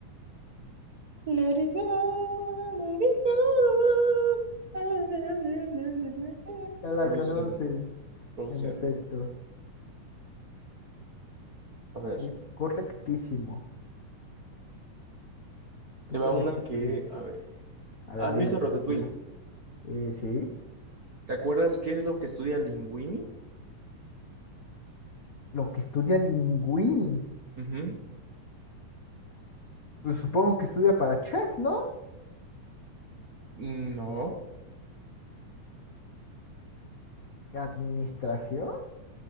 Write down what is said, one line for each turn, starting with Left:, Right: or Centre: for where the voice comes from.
Right: Let it go, let it go. Ah, na, na, na, na, na.
Left: Ya la
Right: Frozen,
Left: conoces.
Right: Frozen.
Left: En efecto,
Right: A ver,
Left: es correctísimo. Tú
Right: te va
Left: puedes,
Right: una
Left: tú
Right: que,
Left: puedes.
Right: a ver,
Left: A
Right: ¿has
Left: ver, dímela,
Right: visto Ratatouille?
Left: dímela. Eh, sí.
Right: ¿Te acuerdas qué es lo que estudia Linguini?
Left: Lo que estudia Linguini.
Right: Ujú.
Left: Pues supongo que estudia para chef, ¿no?
Right: No.
Left: ¿Administración?